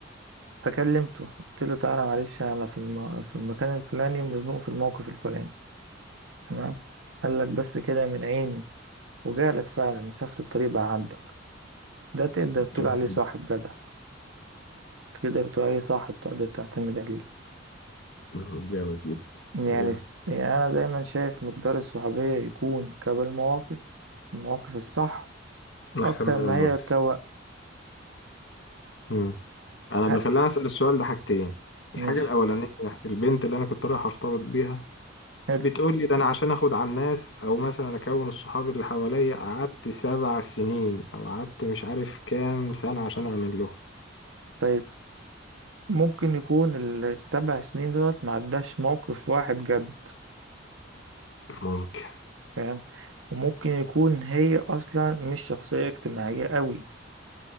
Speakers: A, on the right; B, on the left.
A: فكلمته قلت له تعالى معلش انا في الم... في المكان الفلاني مزنوق في الموقف الفلاني تمام قال لك بس كده من عيني وجالك فعلا مسافة الطريق بقى عندك ده تقدر تقول
B: جامد
A: عليه
B: جدا
A: صاحب جدع تقدر تقول عليه صاحب تقدر تعتمد عليه
B: مم. جامد جدا
A: يعني,
B: جامد
A: س- يعني أنا دايما شايف مقدار الصحوبية يكون قبل مواقف المواقف الصح أكتر
B: احسن من
A: ما
B: المدة
A: هي كوقت
B: مم. انا
A: ها،
B: اللي خلاني اسأل السؤال ده حاجتين
A: ماشي
B: الحاجة الاولانية البنت اللي انا كنت رايح ارتبط بيها
A: حلو
B: بتقول لي ده انا عشان اخد على الناس او مثلا اكون الصحاب اللي حواليا قعدت سبع سنين او قعدت مش عارف كام سنة عشان اعمل له
A: طيب ممكن يكون ال- السبع سنين دولت معداش موقف واحد جد
B: ممكن
A: فاهم وممكن يكون هي أصلا مش شخصية اجتماعية قوي